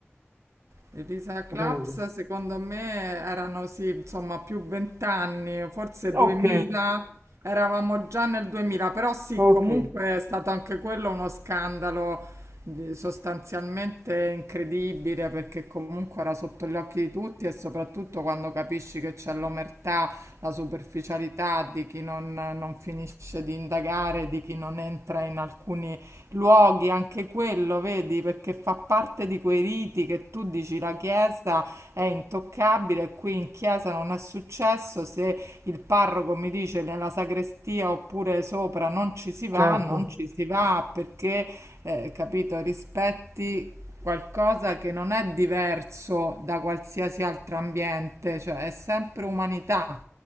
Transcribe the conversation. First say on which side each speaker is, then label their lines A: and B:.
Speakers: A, on the right; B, on the right.
A: Elisa Claps,
B: credo.
A: secondo me, erano sì, insomma, più vent'anni, forse
B: Ok,
A: 2000, eravamo già nel 2000, però sì,
B: ok.
A: comunque è stato anche quello uno scandalo di- sostanzialmente incredibile, perché comunque era sotto gli occhi di tutti e soprattutto quando capisci che c'è l'omertà, la superficialità di chi non non finisce di indagare, di chi non entra in alcuni luoghi, anche quello, vedi, perché fa parte di quei riti che tu dici la chiesa è intoccabile, qui in chiesa non è successo, se il parroco mi dice nella sagrestia oppure sopra non ci si va,
B: Certo,
A: non ci si va perché, eh, capito, rispetti qualcosa che non è diverso da qualsiasi altro ambiente, cioè è sempre umanità,